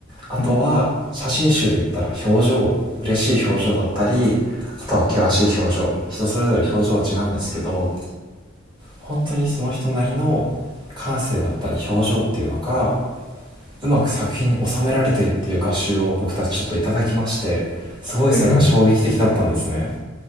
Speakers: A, on the right; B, on the left.
A: あとは写真集で言ったら表情嬉しい表情だったりあとは険しい表情人それぞれ表情は違うんですけど
B: うん。
A: 本当にその人なりの感性だったり表情っていうのがうまく作品に収められてっていう画集を僕たちちょっといただきましてすごいそれが衝撃的だったんですね
B: うんへえ。